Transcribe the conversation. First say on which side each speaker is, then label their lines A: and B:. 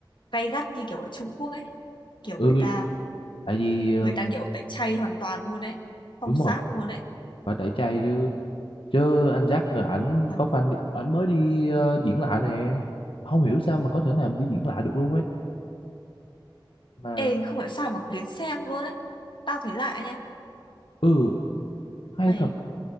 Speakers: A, on the left (about 65°); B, on the left (about 85°).
A: gay gắt như kiểu ở Trung Quốc ấy. Kiểu
B: ừ
A: người ta
B: tại vì ờ,
A: người ta kiểu tẩy chay hoàn toàn luôn đấy, phong
B: đúng
A: sát
B: rồi
A: luôn đấy,
B: phải tẩy chay chứ chứ anh Jack là ảnh
A: Thật.
B: có fan ảnh mới đi ờ, diễn lại nè không hiểu sao mà có thể nào đi diễn lại được luôn ấy mà
A: ê không hiểu sao mà đến xem luôn đấy, tao thấy lạ nha
B: ừ hay
A: mày
B: thật